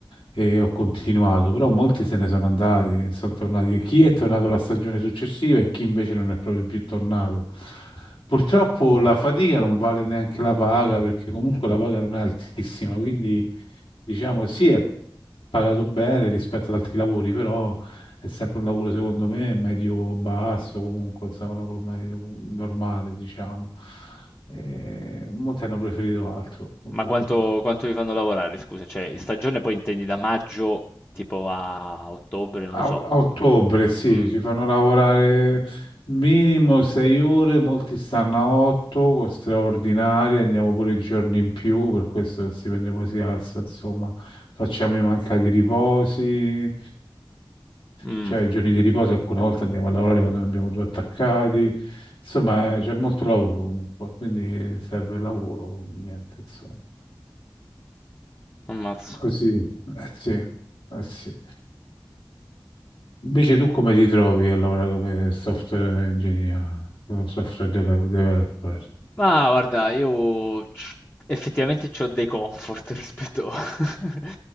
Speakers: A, on the left; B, on the left.
A: e ho continuato, però molti se ne sono andati, e sono tornati. Chi è tornato la stagione successiva e chi invece non è proprio più tornato. Purtroppo la fatica non vale neanche la paga, perché comunque la paga non è altissima, quindi diciamo, sì, è pagato bene rispetto ad altri lavori, però è sempre un lavoro, secondo me, medio-basso, comunque, insomma, un lavoro medio, normale, diciamo. E molti hanno preferito altro, con
B: Ma
A: tutto
B: quanto,
A: qua.
B: quanto vi fanno lavorare, scusa? Cioè, in stagione poi intendi da maggio tipo a ottobre, non
A: A,
B: lo so.
A: a ottobre,
B: Mm.
A: sì,
B: Mm.
A: ci fanno lavorare minimo sei ore, molti stanno a otto, con straordinaria, andiamo pure i giorni in più, per questo il stipendio poi si alza, insomma, facciamo i mancati riposi.
B: Mm.
A: Cioè, i giorni di riposo alcune volte andiamo a lavorare quando ne abbiamo due attaccati. Insomma, eh, c'è molto lavoro comunque, quindi serve il lavoro, quindi niente, insomma.
B: Ammazza.
A: Così, eh sì, eh sì. Invece tu come ti trovi a lavorare come software engineer, come software de- developer?
B: Ma guarda, io c- effettivamente ho dei comfort <laughs> rispetto, <laughs>